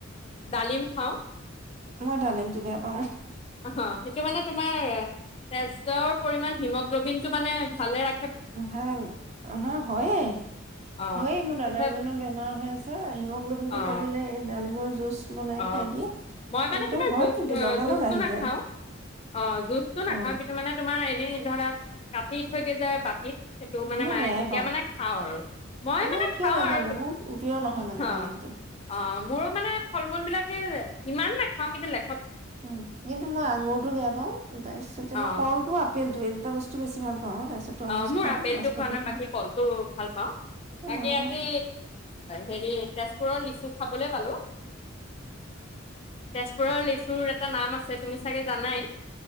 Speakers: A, on the left; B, on the right.
A: ডালিম খাওঁ।
B: মই ডালিমটো বেয়া পাও।
A: অ' সেইটো মানে তোমাৰ তেজৰ পৰিমাণ হিমগ্ল'বিনটো মানে ভালে ৰা
B: ভাল অ নহ, হয়য়ে,
A: অ'
B: হয়ে মোৰ দাদা
A: তাৰপিছত
B: এজনৰ বেমাৰ হৈ আছে <unintelligible> হিমোগ্ল'বিনটো
A: অ'
B: কমিলে এই ডালিমৰ জুচ বনাই
A: অ'
B: খাই দিয়ে,
A: মই মানে
B: একদম
A: তোমাৰ
B: হয়
A: জুচ
B: কিন্তু লগা
A: জুচটো
B: লগ আহি
A: নাখাওঁ
B: যায়।
A: অ, জুচটো নাখাওঁ,
B: অ
A: কিন্তু মানে তোমাৰ এই ধৰা কাটি থৈ দিয়ে যে বাটিত। সেইটো মানে
B: মই
A: মায়ে,
B: বেয়াই
A: তেতিয়া
B: পাওঁ
A: মানে খাওঁ আৰু মই মানে
B: মোৰ কিয়
A: খাওঁ
B: নাজানো
A: আৰু,
B: মোৰ প্ৰিয় নহয় মানে
A: অ',
B: ডালিমটো
A: অ, মোৰো মানে বিলাকে ইমান নেখাওঁ কিন্তু লে
B: উ, কিন্তু মই আঙুৰটো বেয়া পাও, তাৰপিছতে
A: অ'
B: মই কলটো আপেল টো এই দুটা বস্তু বেছি ভাল পাওঁ। তাৰপিছত তৰমুজ
A: অ', মোৰ
B: খাওঁ
A: আপেলটো
B: নাচপতি
A: খোৱা নাই,
B: খাওঁ
A: বাকী কলটো ভাল পাওঁ,
B: অ',
A: বাকী আজি হেৰি তেজপুৰৰ লিচু খাবলৈ পালোঁ। তেজপুৰৰ লিচুৰ এটা নাম আছ ছে, তুমি চাগে জানাই?